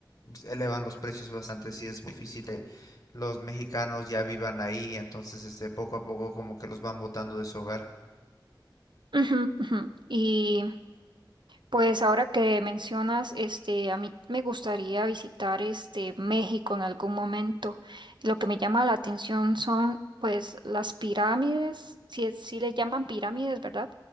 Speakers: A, on the left; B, on the right.
A: elevan los precios bastante, sí es muy difícil que los mexicanos ya vivan ahí, entonces, este, poco a poco como que los van botando de su hogar.
B: <laughs> Ujú, ujú. Y Pues ahora que mencionas, este, a mí me gustaría visitar este México en algún momento. Lo que me llama la atención son, pues, las pirámides, si, es- si le llaman pirámides, ¿verdad?